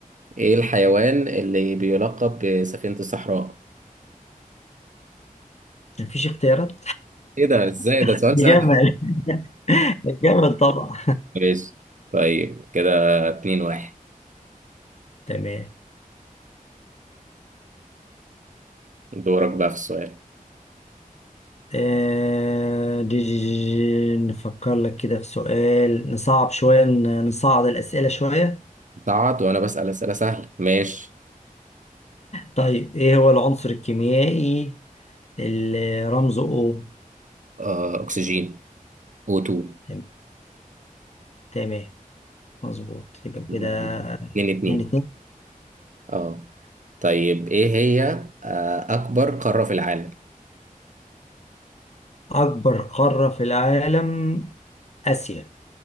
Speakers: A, on the right (about 60°); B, on the left (about 50°).
A: ايه الحيوان اللي بيلقب بسفينة الصحراء؟
B: <laughs> مفيش اختيارات
A: ايه ده ازاي
B: <laughs>
A: ده سؤال
B: جمل
A: سهل
B: <laughs> جمل طبعا
A: ماشي طيب كده اتنين واحد
B: <laughs> تمام
A: دورك بقى في السؤال
B: آه، دي- دي- دي- نفكر لك كده في سؤال نصعب شوية ن- نصعد الأسئلة شوية
A: تعاد وانا بسأل اسئلة سهلة ماشي
B: طيب إيه هو العنصر الكيميائي اللي رمزه O
A: آه أكسجين O2
B: تم- تمام مظبوط يبقى
A: لا.
B: كده
A: اتنين
B: اتنين
A: اتنين
B: اتنين
A: اه طيب ايه هي آه أكبر قارة في العالم؟
B: أكبر قارة في العالم آسيا